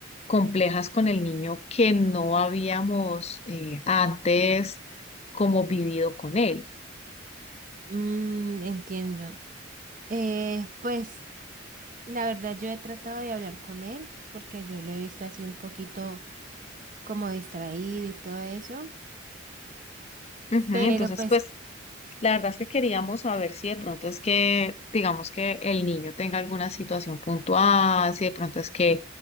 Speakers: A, on the left (about 30°); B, on the right (about 40°).
A: complejas con el niño que no habíamos eh, antes como vivido con él.
B: Mm, entiendo. Eh, pues la verdad yo he tratado de hablar con él porque yo lo he visto así un poquito como distraído y todo eso,
A: Ujú,
B: pero
A: Entonces,
B: pues
A: pues La verdad es que queríamos saber si de pronto es que, digamos que el niño tenga alguna situación puntual, si de pronto es que